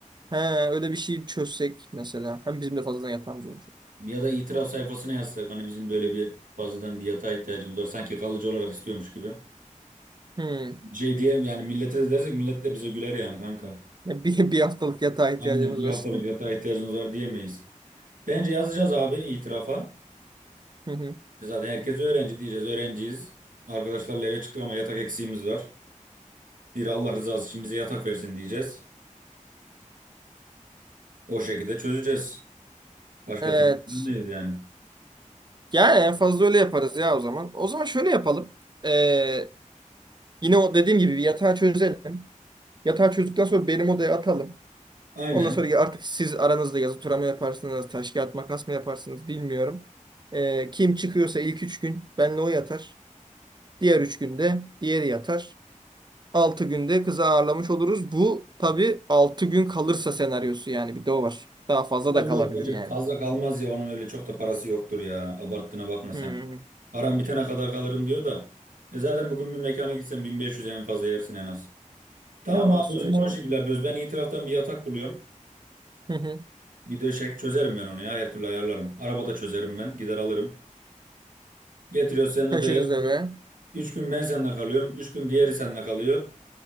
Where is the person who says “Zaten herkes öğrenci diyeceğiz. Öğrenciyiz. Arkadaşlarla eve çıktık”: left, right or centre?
Right